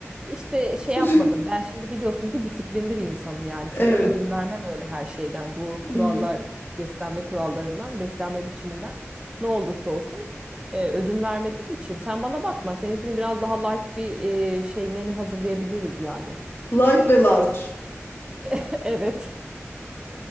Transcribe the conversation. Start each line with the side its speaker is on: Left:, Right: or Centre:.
Right: İşte şey
Left: <laughs>
Right: yapmadım. Ben şimdi biliyorsun ki disiplinli bir insanım yani.
Left: Evet.
Right: Çok ödün vermem öyle her şeyden. Bu kurallar,
Left: Hmm.
Right: beslenme kurallarımdan, beslenme biçiminden ne olursa olsun e, ödün vermediğim için. Sen bana bakma. Seninkini biraz daha light bir e, şey menü hazırlayabiliriz yani.
Left: Light ve large.
Right: <laughs> Evet.